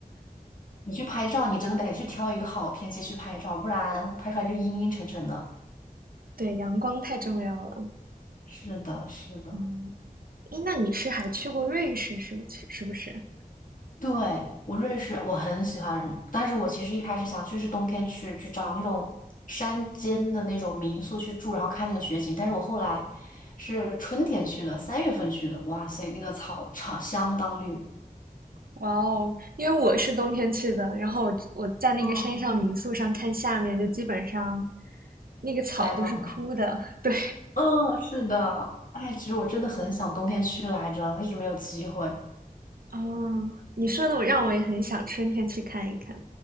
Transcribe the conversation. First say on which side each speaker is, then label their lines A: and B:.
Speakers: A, on the left; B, on the right.
A: 你去拍照，你真的得去挑一个好天气去拍照，不然拍出来就阴阴沉沉的。
B: 对，阳光太重要了。
A: 是的，是的。
B: 嗯，诶，那你是还去过瑞士，是不是？是不是？
A: 对，我瑞士，我很喜欢，但是我其实一开始想去是冬天去去找那种山间的那种民宿去住，然后看那个雪景。但是我后来是春天去的，三月份去的，哇塞，那个草场相当绿，
B: 哇哦，因为我是冬天去的，然后我我在那个山上民宿上看下面，
A: 嗯
B: 就基本上那个草都是枯的。
A: 白茫。茫，
B: <laughs> 对，
A: 嗯，是的，哎，其实我真的很想冬天去来着，一直没有机会。
B: 哦，你说的我让我也很想春天去看一看。